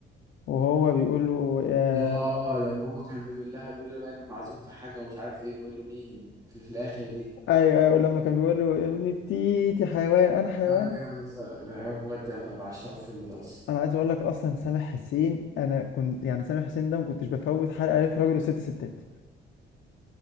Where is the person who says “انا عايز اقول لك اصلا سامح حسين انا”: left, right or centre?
Left